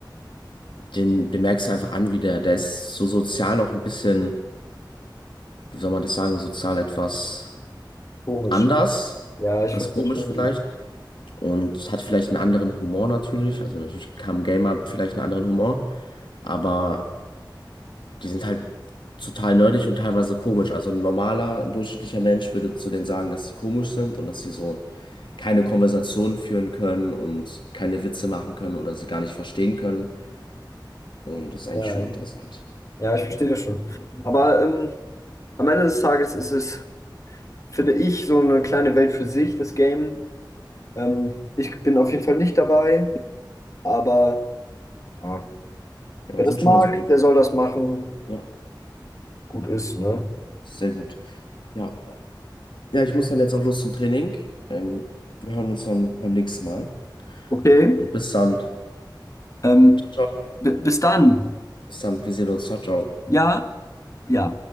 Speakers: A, on the left; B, on the left.
A: Den, den merkst du einfach an, wie der, der ist so sozial auch ein bisschen, wie soll man das sagen, sozial etwas
B: komisch.
A: anders,
B: Ja, ich
A: etwas
B: verstehe
A: komisch
B: schon.
A: vielleicht. Und hat vielleicht einen anderen Humor natürlich. Also natürlich haben Gamer vielleicht einen anderen Humor, aber die sind halt total nerdig und teilweise komisch. Also ein normaler, ein durchschnittlicher Mensch würde zu denen sagen, dass sie komisch sind und dass sie so keine Konversationen führen können und keine Witze machen können oder sie gar nicht verstehen können. Und das ist eigentlich
B: Ja,
A: schon
B: ja.
A: interessant.
B: Ja, ich verstehe das schon. Aber ähm, am Ende des Tages ist es, finde ich, so eine kleine Welt für sich, das Game. Ähm, ich bin auf jeden Fall nicht dabei, aber ja,
A: Ja,
B: wer das
A: sind schon
B: mag,
A: ganz gute Typen.
B: der soll das machen.
A: Ja.
B: Gut ist, ne?
A: Ja, sehr gut. Ja. Ja, ich muss dann jetzt auch los zum Training. Ähm, wir hören uns dann beim nächsten Mal.
B: Okay,
A: Und bis dann.
B: ähm,
A: Ciao, ciao.
B: bi- bis dann.
A: Bis dann. Wir sehen uns. Ciao, ciao.
B: Ja, ja.